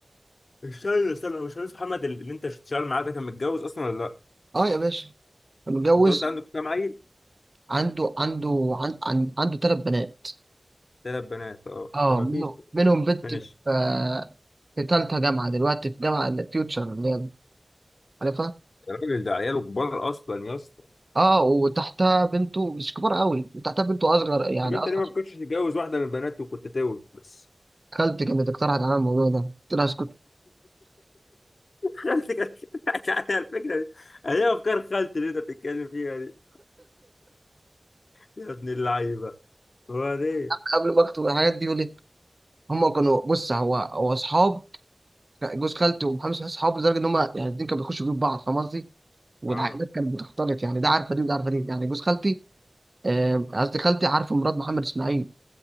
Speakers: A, on the left; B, on the right.
A: استنى استنى هو باشمهندس محمد اللي انت شغال معاه ده كان متجوز اصلا ولا لا؟
B: اه يا باشا متجوز
A: انت قلت عنده كام عيل؟
B: عنده عنده عن عن عنده ثلاث بنات
A: ثلاث بنات اه
B: اه
A: لا ما
B: منهم
A: فيش
B: منهم بنت
A: ماشي
B: في آه، في ثالثة جامعة دلوقتي في جامعة فيوتشر اللي هي عارفها
A: الراجل ده عياله كبار اصلا يا اسطى
B: اه وتحتها بنته مش كبار قوي وتحتها بنته اصغر يعني
A: طب انت
B: اصغر
A: ليه ما كنتش تتجوز واحده من بناته وكنت تورث؟
B: خالتي كانت اقترحت على الموضوع ده قلت لها اسكت
A: خالتي <laughs> كانت يعني الفكره دي هي افكار خالتي اللي انت بتتكلم فيها دي يا ابن اللعيبه هو ده
B: قبل ما اكتب الحاجات دي يقول لي هم كانوا بص هو هو اصحاب لا جوز خالته ومحمد صلاح اصحابه لدرجه ان هم يعني الاثنين كانوا بيخشوا بيوت بعض فاهم قصدي؟ والعائلات
A: اه
B: كانت بتختلط يعني ده عارفه دي وده عارفه دي يعني جوز خالتي آه، قصدي خالتي عارفه مرات محمد اسماعيل